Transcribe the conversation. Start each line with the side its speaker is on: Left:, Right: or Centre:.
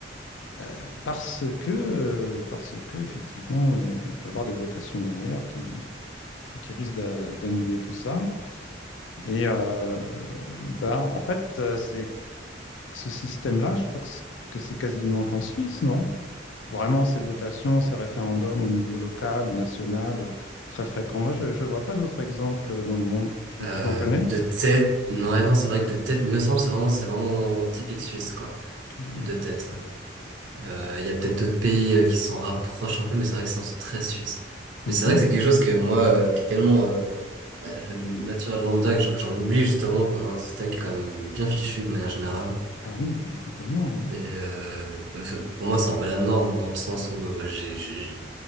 Left: euh, parce que, euh, parce que effectivement, euh, il peut y avoir des votations derrière qui, qui risquent d'a- d'annuler tout ça. Et euh, bah, en fait, euh, c'est Ce système-là, je crois que c- que c'est quasiment qu'en Suisse, non? Vraiment, ces votations, ces référendums au niveau local ou national, euh, très fréquents. Moi, je ne vois pas d'autres exemples euh, dans le monde. Tu,
Right: Euh,
Left: tu en connais?
Right: de tête, non, ouais, non, c'est vrai que de tête, il me semble, c'est vraiment, c'est vraiment typique suisse, quoi.
Left: Oui.
Right: De tête. ouais. Euh, Il y a peut-être d'autres pays euh, qui s'en rapprochent un peu, mais c'est vrai que sinon, c'est très suisse.
Left: Mhm.
Right: Mais c'est vrai que c'est quelque chose que moi, euh, qui est tellement euh, bah, euh, naturel lambda, que je- j'en oublie justement qu'on a un système qui est quand même bien fichu de manière générale.
Left: Ah oui, mais complètement. hein.
Right: Et euh, pour moi, c'est un peu la norme dans le sens où euh, bah, j'ai, j'ai-